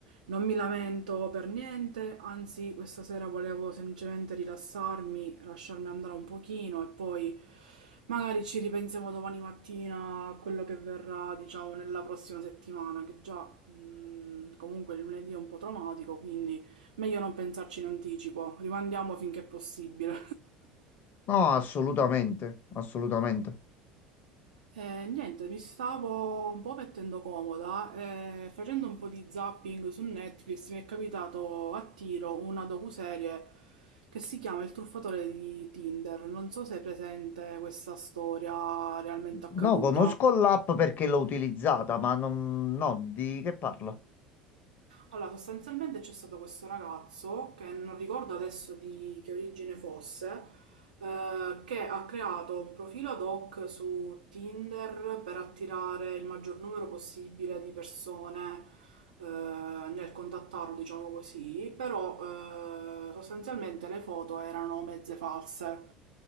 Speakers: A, on the right (about 85°); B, on the left (about 50°).
A: non mi lamento per niente, anzi questa sera volevo semplicemente rilassarmi, lasciarmi andare un pochino e poi magari ci ripensiamo domani mattina a quello che verrà, diciamo, nella prossima settimana, che già mm, comunque il lunedì è un po' traumatico, quindi meglio non pensarci in anticipo, rimandiamo finché è possibile.
B: No, assolutamente, assolutamente.
A: Eh, niente, mi stavo un po' mettendo comoda e facendo un po' di zapping su Netflix mi è capitato a tiro una docuserie che si chiama Il truffatore di Tinder. Non so se è presente questa storia realmente accaduta.
B: No, conosco l'app perché l'ho utilizzata, ma non... no, di che parlo?
A: Allora, sostanzialmente c'è stato questo ragazzo, che non ricordo adesso di che origine fosse, eh, che ha creato un profilo ad hoc su Tinder per attirare il maggior numero possibile di persone, eh, nel contattarlo, diciamo così, però, eh, sostanzialmente le foto erano mezze false.